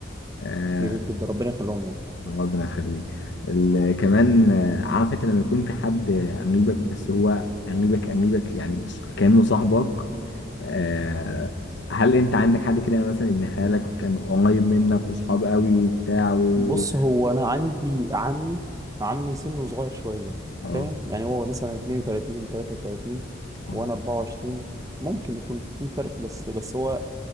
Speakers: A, on the left; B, on the right.
A: آه،
B: جميل جدا ربنا يخليهم لك
A: ربنا يخليك ال- كمان آه، عارف انت لما يكون في حد قريبك بس هو قريبك قريبك يعني كأنه صاحبك آه، هل انت عندك حد كده مثلا ابن خالك وكان قريب منك وصحاب قوي وبتاع و...
B: بص هو انا عندي عمي عمي سنه صغير شويه
A: اه
B: فاهم يعني هو مثلا 32 33
A: اه
B: وانا 24 ممكن يكون في فرق بس بس هو